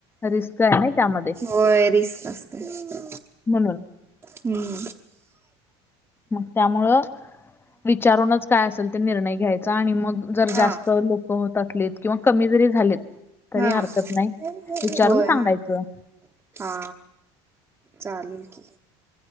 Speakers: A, on the left; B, on the right.
A: रिस्क आहे ना त्यामध्ये
B: होय रिसक असतंय.
A: म्हणून
B: हम.
A: मग त्यामुळं. विचारूनच. काय असेल ते निर्णय घ्यायचा आणि मग जर
B: हा
A: जास्त लोक होत असलेत किंवा कमी जरी झालेत. तरी
B: हा
A: हरकत नाही
B: होय
A: विचारून
B: हा
A: सांगायचं.
B: हा चालेूल की.